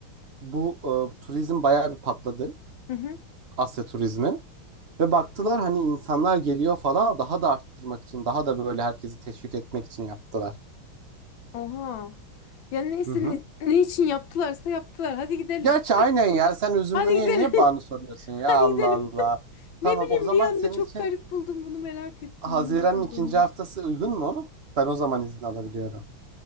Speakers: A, on the right; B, on the left.
A: bu e, turizm bayağı bir patladı.
B: Hı hı.
A: Asya turizmi. Ve baktılar hani insanlar geliyor falan daha da arttırmak için, daha da böyle herkesi teşvik etmek için yaptılar.
B: Oha. Ya neyse
A: Hı hı.
B: ne, ne için yaptılarsa yaptılar. Hadi gidelim.
A: Gerçi aynen ya sen üzümünü
B: Hadi
A: niye
B: gidelim.
A: niye
B: <laughs>
A: bağını soruyorsun ya
B: Hadi
A: Allah
B: gidelim.
A: Allah.
B: <laughs> Ne
A: Tamam
B: bileyim
A: o zaman
B: bir anda
A: senin
B: çok
A: için
B: garip buldum bunu merak ettim
A: Haziran'ın
B: niye olduğunu.
A: ikinci haftası uygun mu? Ben o zaman izin alabiliyorum.